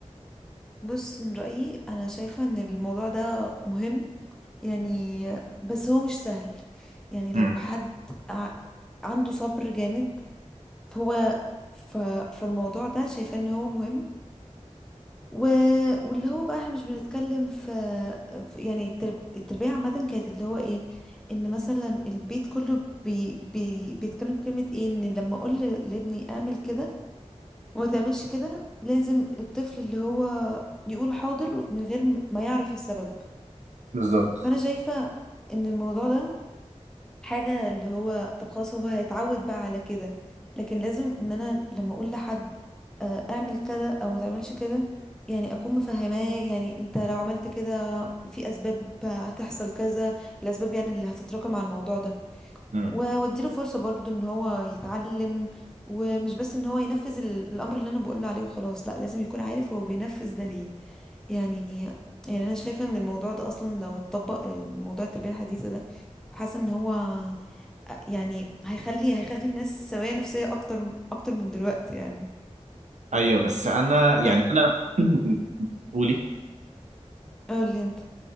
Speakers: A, in the centre; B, on the right.
A: بص من رأيي انا شايفة ان الموضوع ده مهم يعني بس هو مش سهل يعني لو
B: امم
A: حد ع- عنده صبر جامد فهو ف... فالموضوع ده شايفة ان هو مهم و... واللي هو بقى احنا مش بنتكلم في في- يعني الترب... التربية عامة كانت اللي هو ايه ان مثلا البيت كله بي... بي... بيتكلم بكلمة ايه ان لما اقول ل- لابني اعمل كده وما تعملش كده لازم الطفل اللي هو يقول حاضر من غير م- ما يعرف السبب
B: بالظبط
A: فانا شايفة ان الموضوع ده حاجة اللي هو طب خلاص هو هيتعود بقى على كده لكن لازم ان انا لما اقول لحد آه، اعمل كده او ما تعملش كده يعني اكون مفهماه يعني انت لو عملت كده في اسباب هتحصل كذا الاسباب يعني اللي هتتراكم على الموضوع ده
B: امم
A: واديله فرصة برضو ان هو يتعلم ومش بس ان هو ينفذ ال- الامر اللي انا بقوله عليه وخلاص لا لازم يكون عارف هو بينفذ ده ليه يعني يعني انا شايفة ان الموضوع ده اصلا لو اتطبق آه، موضوع التربية الحديثة ده حاسة ان هو آه، يعني هيخلي هيخلي الناس سوية نفسية اكتر اكتر من دلوقتي يعني
B: ايوه بس انا يعني
A: ب-
B: انا <clears throat> قولي
A: قولي انت